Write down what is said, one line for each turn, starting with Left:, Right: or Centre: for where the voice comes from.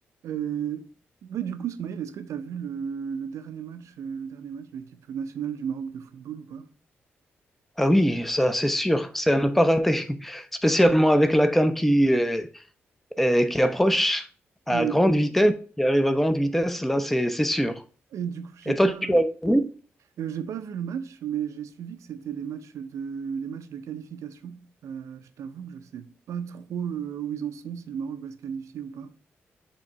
Right: Euh, ouais, du coup, Smaïl, est-ce que tu as vu le, le dernier match, euh, le dernier match de l'équipe nationale du Maroc de football ou pas?
Centre: Ah oui, ça c'est sûr, c'est à ne pas rater, <laughs> spécialement avec la canne qui, euh, euh, qui approche à
Right: Et,
Centre: grande vitesse, qui arrive à grande vitesse, là c'est c'est sûr.
Right: et du coup, j'ai
Centre: Et toi,
Right: pas,
Centre: tu as vu?
Right: euh, j'ai pas vu le match, mais j'ai suivi que c'était les matchs de, les matchs de qualification. Euh, je t'avoue que je sais pas trop euh, où ils en sont, si le Maroc va se qualifier ou pas.